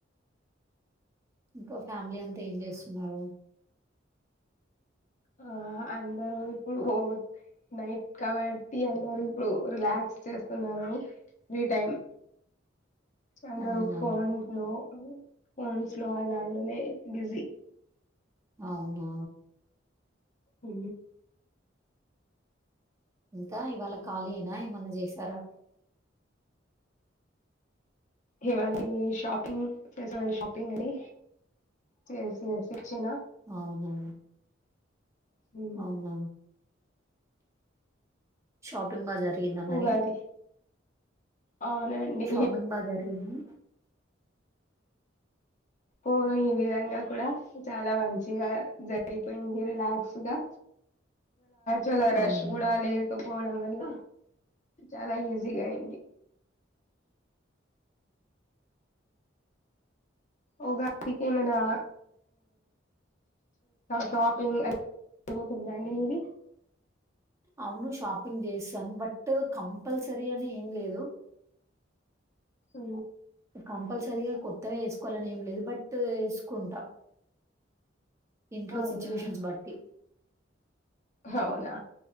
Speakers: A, on the right; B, on the left.
A: ఇంకా ఫ్యామిలీ అంతా ఏం చేస్తున్నారు
B: ఆ అందరూ ఇప్పుడు హో నైట్ కాబట్టి అందరు ఇప్పుడు రిలాక్స్ చేస్తున్నారు ఫ్రీ టైమ్ అందరు
A: అవునా!
B: ఫోన్ లో ఫోన్స్ లో ఆ దాంట్లోనే బిజీ
A: అవునా
B: ఉ
A: ఇంకా ఇవాళ ఖాళీ ఏనా ఏమన్నా చేశారా
B: ఇవాళ షాపింగ్ ఫెస్టివల్ షాపింగ్ అని చేసిన
A: అవునా
B: హ
A: అవునా! షాపింగ్ బాగా జరిగిందా మరి
B: ఉగాది అవునండి
A: షాపింగ్ బాగా జరిగింది
B: పోను ఈ విధంగా కూడా చాలా మంచిగా జరిగింది రిలక్స్ గా చాల రష్
A: అవును.
B: కూడా లేక పోవడం వల్ల చాలా ఈజీగా అయింది ఉగాదికి ఏమైనా షాపింగ్ అ జరుగుతుందాండి మీది
A: అవును షాపింగ్ చేస్తాం బట్ కంపల్సరీ అని ఏం లేదు
B: అ
A: కంపల్సరీగా కొత్తవే వేసుకోవాలని ఏం లేదు బట్ వేసుకుంటాం ఇంట్లో
B: అవునా
A: సిచ్యువేషన్స్ బట్టి
B: అవునా